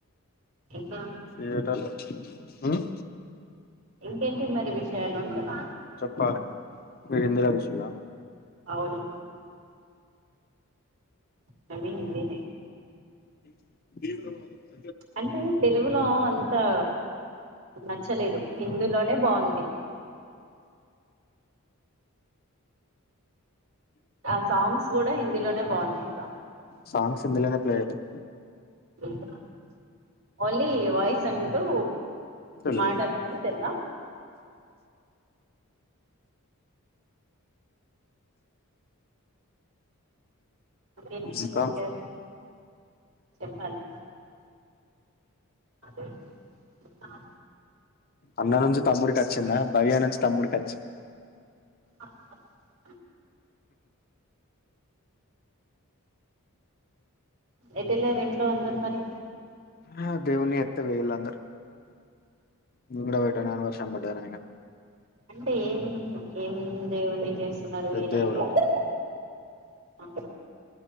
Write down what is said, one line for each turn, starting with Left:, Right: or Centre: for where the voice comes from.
Right: ఇంకా
Left: థియేటర్ లో అచ్చింది ఉమ్
Right: ఇంకేంటి మరి విషయాలు అంటున్న
Left: చెప్పాలి మీరు హిందీలో చూసిన్లా
Right: అవును కాని హిందీ నే
Left: తీవ్రవాదం
Right: అంటే తెలుగులో అంతా నచ్చలేదు హిందులోనే బాగుంది ఆ సాంగ్స్ కూడా హిందీలోనే బాగున్నాయి కదా
Left: సాంగ్స్ హిందీలోనే ప్లే అయితాయి
Right: మ్మ్ ఓన్లీ వాయిస్సంటూ
Left: తెలుగు
Right: మాటలనేది తెలుగా. ఎంటి మరి
Left: ఇంకా
Right: విషయాలు చెప్పాలి అదే <unintelligible>
Left: అన్న నుంచి తమ్ముడికచ్చిందా భయ్యా నుంచి తమ్ముడికచ్చి
Right: ఆ <unintelligible> ఎటెళ్ళారు ఇంట్లో అందరు మరి
Left: హ దేవుని ఎత్తు పోయిళ్ళు అందరూ నువ్వు కూడా పెట్టు <unintelligible> వర్షం పడ్డది నాయన
Right: అంటే ఏం ఏం దేవుని చేస్తున్నారు
Left: పెద్ద
Right: వినాయకు
Left: దేవుడు
Right: <unintelligible> ఆ